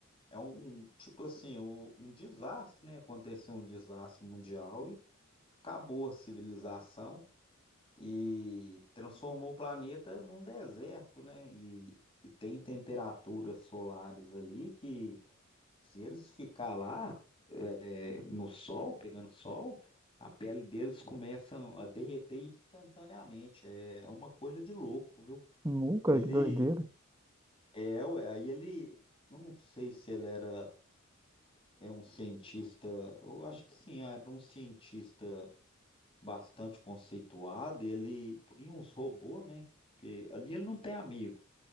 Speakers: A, on the left; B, on the right.
A: É um, um, tipo assim, um, um desastre, né? Aconteceu um desastre mundial e acabou a civilização e transformou o planeta num deserto, né? E, e tem temperaturas solares ali que se eles ficar lá é, no sol, pegando sol, a pele deles começa a derreter instantaneamente. É uma coisa de louco, viu?
B: Nunca,
A: Ele
B: que doideira.
A: é, ué, aí ele, eu não sei se ele era é um cientista, eu acho que sim, era um cientista bastante conceituado. Ele cria uns robôs, né? Porque ali ele não tem amigo.